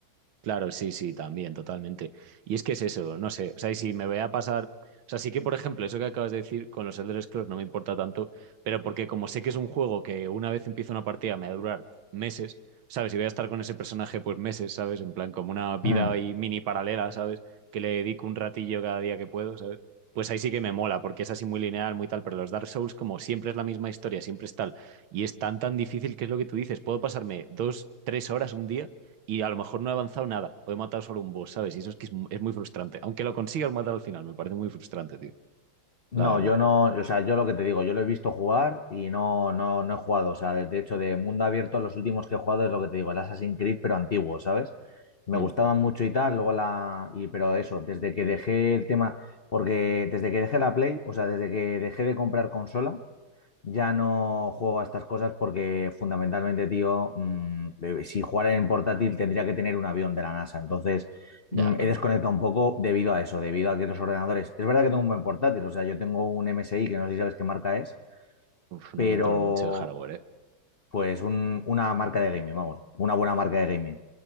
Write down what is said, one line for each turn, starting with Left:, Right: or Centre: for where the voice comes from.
Right: Claro, sí, sí, también, totalmente. Y es que es eso, no sé, o sea, y si me voy a pasar, o sea, sí que, por ejemplo, eso que acabas de decir con los Elder Scrolls no me importa tanto, pero porque como sé que es un juego que una vez empiezo una partida me va a durar meses, ¿sabes? Y voy a estar con ese personaje pues meses, ¿sabes? En plan, como una vida
Left: Mm.
Right: ahí mini paralela, ¿sabes? Que le dedico un ratillo cada día que puedo, ¿sabes? Pues ahí sí que me mola, porque es así muy lineal, muy tal, pero los Dark Souls como siempre es la misma historia, siempre es tal, y es tan, tan difícil que es lo que tú dices, puedo pasarme dos, tres horas un día y a lo mejor no he avanzado nada, o he matado solo un boss, ¿sabes? Y eso es que es, mu- es muy frustrante. Aunque lo consigas matar al final, me parece muy frustrante, tío.
Left: No,
Right: La verdad.
Left: yo no, o sea, yo lo que te digo, yo lo he visto jugar y no, no, no he jugado. O sea, de, de hecho, de mundo abierto, los últimos que he jugado es lo que te digo, el Assassin's Creed, pero antiguo, ¿sabes? Me
Right: Mm.
Left: gustaban mucho y tal, luego la. Y, pero eso, desde que dejé el tema, porque desde que dejé la Play, o sea, desde que dejé de comprar consola. Ya no juego a estas cosas porque fundamentalmente, tío, mm, de- si jugara en portátil tendría que tener un avión de la NASA. Entonces,
Right: Ya,
Left: mm,
Right: también.
Left: he desconectado un poco debido a eso, debido a que los ordenadores... Es verdad que tengo un buen portátil, o sea, yo tengo un MSI que no sé si sabes qué marca es,
Right: Uf, no
Left: pero
Right: controlo mucho el hardware, ¿eh?
Left: pues un- una marca de gaming, vamos, una buena marca de gaming